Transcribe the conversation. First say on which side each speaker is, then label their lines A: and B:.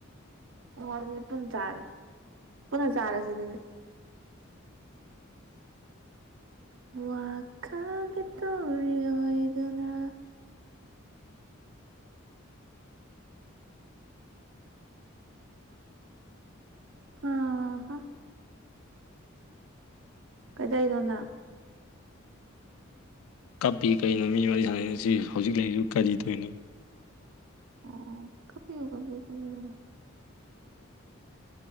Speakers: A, on the right; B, on the left.
A: ꯍꯣ ꯑꯗꯨꯗꯤ ꯄꯨꯟꯅ ꯆꯥꯔꯁꯦ ꯄꯨꯟꯅ ꯆꯥꯔꯁꯤ ꯑꯗꯨꯗꯤ ꯋꯥꯈꯜꯒꯤ ꯇꯧꯔꯤ ꯑꯣꯢꯗꯨꯅ ꯍꯥ ꯍꯥ ꯀꯩꯗꯩꯅꯣ ꯅꯪ
B: ꯀꯞꯄꯤ ꯀꯔꯤꯅꯣ ꯃꯤ ꯋꯥꯔꯤ ꯁꯥꯟꯅꯩꯅꯤ ꯁꯤ ꯍꯧꯖꯤꯛ ꯂꯩꯔꯤꯕꯨ ꯀꯔꯤꯇꯧꯏꯅꯣ
A: ꯑꯣ ꯀꯄꯤꯌꯨ ꯀꯄꯤꯌꯨ ꯀꯄꯤꯌꯨ